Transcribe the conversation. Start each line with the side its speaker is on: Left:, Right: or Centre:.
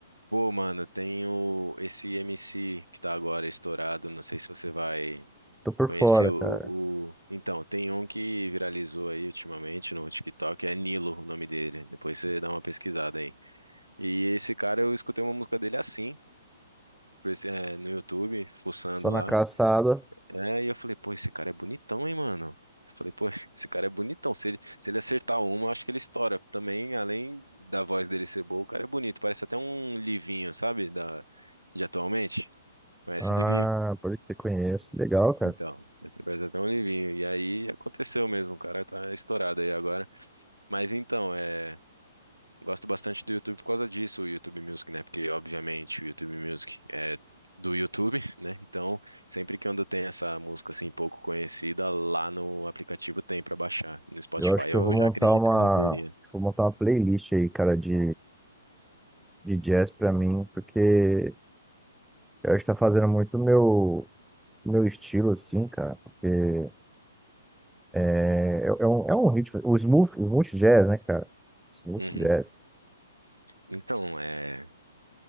Right: Pô, mano, tem o, esse MC que tá agora estourado, não sei se você vai
Centre: Tô por
Right: conhecer
Centre: fora,
Right: o,
Centre: cara.
Right: o... Então, tem um que viralizou aí ultimamente no TikTok, é Nilo o nome dele. Depois você dá uma pesquisada aí. E esse cara, eu escutei uma música dele assim, por esse- é, no YouTube, fuçando
Centre: Só
Right: lá.
Centre: na caçada.
Right: É, e eu falei, pô, esse cara é bonitão, hein, mano? Eu falei, pô, <laughs> esse cara é bonitão. Se ele, se ele acertar uma, eu acho que ele estoura. Também, além da voz dele ser boa, o cara é bonito. Parece até um Livinho, sabe? Da, de atualmente. Conhece
Centre: Ah,
Right: o Livinho?
Centre: pode que conheço. Legal, cara.
Right: Então, esse parece até um Livinho. E aí aconteceu mesmo, o cara tá estourado aí agora. Mas então, é. Gosto bastante do YouTube por causa disso, o YouTube Music, né? Porque, obviamente, o YouTube Music é do YouTube, <laughs> né? Então, sempre que quando tem essa música assim pouco conhecida, lá no aplicativo tem pra baixar. No Spotify
Centre: Eu acho que
Right: eu
Centre: eu vou montar
Right: já acredito
Centre: uma,
Right: que não teria.
Centre: vou montar uma playlist aí, cara, de, de jazz pra mim, porque eu acho que tá fazendo muito o meu meu estilo, assim, cara, porque é, é é um, é um ritmo, o smooth, smooth jazz, né, cara? Smooth
Right: Uhum.
Centre: jazz.
Right: Então, é,